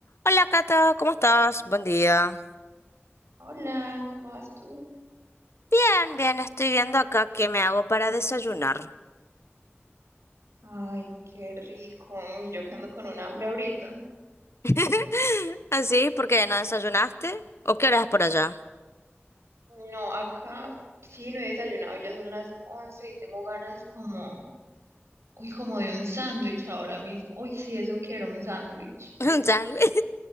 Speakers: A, on the left; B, on the right.
A: Hola Cata, ¿cómo estás? Buen día.
B: Hola, ¿cómo vas tú?
A: Bien, bien, estoy viendo acá qué me hago para desayunar.
B: Ay, qué rico. Y yo que ando con un hambre ahorita.
A: <laughs> ¿Así? ¿Por qué no desayunaste? ¿O qué hora es por allá?
B: No, acá sí no he desayunado, ya son las 11 y tengo ganas como, uy, como de un sándwich ahora mismo. Uy, sí, eso quiero, un sándwich.
A: <laughs> Un sándwich.